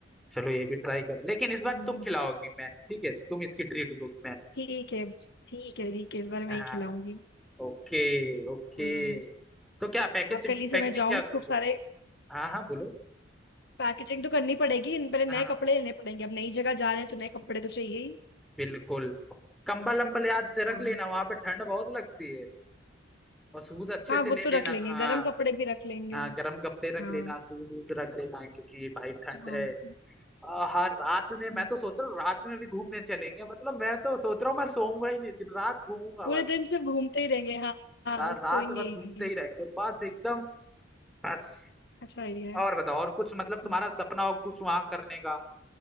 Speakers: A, in the centre; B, on the left.
A: चलो ये भी ट्राई कर लेकिन इस बार
B: हम्म,
A: तुम खिलाओगी मैन ठीक है तुम इसकी ट्रीट दो मैन
B: ठीक है ठीक है ठीक है इस बार मैं
A: हाँ
B: ही खिलाऊंगी
A: Okay okay
B: हम्म
A: तो क्या पैकेज
B: अब कल ही से
A: पैकेजिंग
B: मैं जाऊंगी
A: क्या करोगे
B: खूब सारे
A: हाँ हाँ बोलो
B: पैकेजिंग तो करनी पड़ेगी इन पहले नए
A: हाँ
B: कपड़े लेने पड़ेंगे अब नई जगह जा रहे हैं तो नए कपड़े तो चाहिए ही
A: बिल्कुल कंबल अम्बल याद से
B: हाँ
A: रख लेना वहां पे ठंड बहुत लगती है और सूद अच्छे
B: हाँ
A: से
B: वो
A: ले
B: तो
A: लेना
B: रख लेंगे
A: हाँ
B: गर्म कपड़े भी रख लेंगे
A: हाँ गर्म कपड़े रख
B: हाँ
A: लेना सूद वूद रख लेना क्योंकि भाई ठंड
B: हाँ
A: है आ, हाँ रात में मैं
B: हम्म,
A: तो सोच रहा हूँ रात में भी घूमने चलेंगे मतलब मैं तो सोच रहा हूँ मैं सोऊंगा ही नहीं दिन रात घूमूंगा
B: पूरे दिन सिर्फ घूमते ही रहेंगे हाँ हाँ
A: यार रात
B: सोएंगे
A: भर घूमते
B: ही नहीं
A: ही रहेंगे बस एकदम बस
B: अच्छा आइडिया है
A: और बताओ और कुछ मतलब तुम्हारा
B: हम्म,
A: सपना हो कुछ वहां करने का